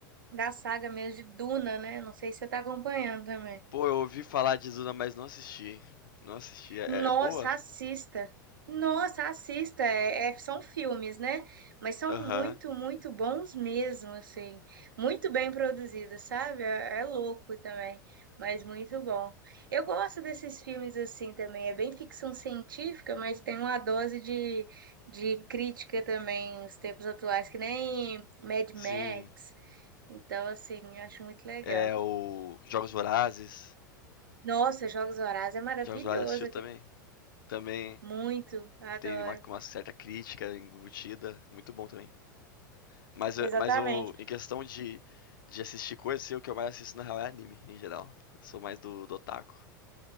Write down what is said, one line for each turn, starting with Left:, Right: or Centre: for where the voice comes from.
Right: da saga mesmo de Duna, né? Não sei se você tá acompanhando também.
Left: Pô, eu ouvi falar de Duna, mas não assisti. Não assisti. É,
Right: Nossa,
Left: é boa?
Right: assista. Nossa, assista. É- é- são filmes, né? Mas são
Left: Aham.
Right: muito, muito bons mesmo, assim. Muito bem produzidos, sabe? É, é louco também, mas muito bom. Eu gosto desses filmes assim também. É bem ficção científica, mas tem uma dose de, de crítica também, os tempos atuais, que nem Mad Max.
Left: Sim.
Right: Então, assim, acho muito legal.
Left: É o Jogos Vorazes.
Right: Nossa, Jogos Vorazes é maravilhoso
Left: Jogos Vorazes assistiu
Right: aquele.
Left: também? Também
Right: Muito, adoro.
Left: tem uma, uma certa crítica embutida. Muito bom também. Mas,
Right: Exatamente.
Left: eu- mas eu, em questão de, de assistir coisas, assim, o que eu mais assisto na real é anime, em geral. Eu sou mais do, do otaku.